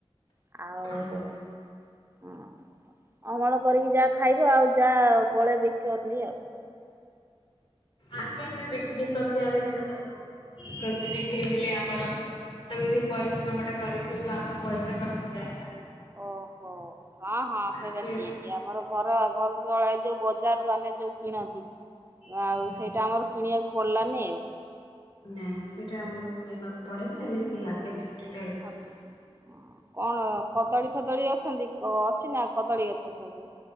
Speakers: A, on the right (about 25°); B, on the left (about 60°).
A: ଆଉ
B: ଆଜ୍ଞା
A: ହଁ ଅମଳ କରିକି ଯାହା ଖାଇବ ଆଉ ଯାହା ବଳେ ବିକନ୍ତି ଆଉ।
B: ଆଗେ ଆମେ ବିକ୍ରି ପ୍ରତି ଆମେ ଧ୍ୟାନ ଦୋଉ କେମତି ବିକ୍ରି ହେଲେ ଆମର ଆମେ ଯୋଉ ପରିଶ୍ରମ ଟା କରିିବୁ ଆମ ପଇସା ଟା ଉଠିଯା
A: ଓହୋ ହଁ ହଁ ସେଇଟା
B: ଆଗେ
A: ଠିକି ଆମର ଘର ଘରୁ ତଳା ଯୋଉ ବଜାର ରୁ ଆମେ ଯୋଉ କିଣନ୍ତି।
B: ଆଜ୍ଞା।
A: ଆଉ ସେଇଟା ଆମର କିଣିବାକୁ ପଡିଲାନି ଆଉ।
B: ନାଇଁ ସେଇଟା ଆମକୁ କରିବାକୁ ପିଇବାକୁ ପଡେନି ଆମେ ସେଇ ଆଗେ ବିକ୍ରିଟା ହଁ
A: ଆପ କଣ କଦଳୀ ଫଦଳୀ ଅଛନ୍ତି ଅଛି ନା କଦଳୀ ଗଛ ସବୁ?